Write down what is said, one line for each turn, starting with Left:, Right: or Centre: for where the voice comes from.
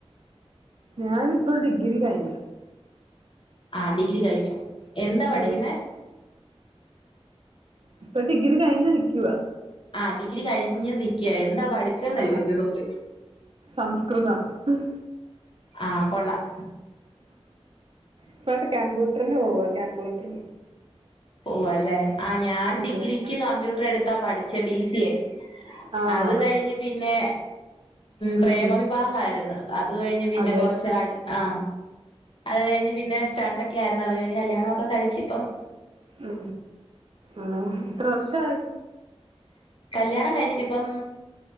Right: ഞാനി ഇപ്പോ ഡിഗ്രി കഴിഞ്ഞു
Left: ആഹ് ഡിഗ്രി കഴിഞ്ഞു എന്താ
Right: അതെ
Left: പഠിക്കുന്ന
Right: ഇപ്പം ഡിഗ്രി കഴിഞ് നിക്കുവാ
Left: ആഹ് ഡിഗ്രി കഴിഞ് നിക്കാ എന്താ പഠിച്ചെന്ന
Right: ആഹ്
Left: ചോദിച്ചു സോറി
Right: സംസ്കൃതം
Left: ആഹ് കൊള്ളാം
Right: ഇപ്പട്ട് കമ്പ്യൂട്ടർന്ന് പോവ കമ്പ്യൂട്ടർന്
Left: പോവ അല്ലെ ആ ഞാൻ
Right: അതെ
Left: ഡിഗ്രിക്ക് കമ്പ്യൂട്ടർ എടുത്താ പഠിച്ചേ ബി സി എ
Right: ആണോ
Left: അത് കഴിഞ്ഞ് പിന്നെ
Right: ഉം
Left: പ്രേമ വിവാഹം ആയിരുന്നു അത് കഴിഞ്ഞ് പിന്നെ
Right: അതെ
Left: കുറച്ച് നാൾ ആ അത് കഴിഞ്ഞ് പിന്നെ സ്റ്റണ്ട് ഒക്കെ ആയിരുന്നു അത് കഴിഞ്ഞ് കല്യാണം ഒക്കെ കഴിച്ച ഇപ്പം
Right: ഉ ആ എത്ര വർഷായി
Left: കല്യാണം കഴിഞ്ഞിട്ട് ഇപ്പം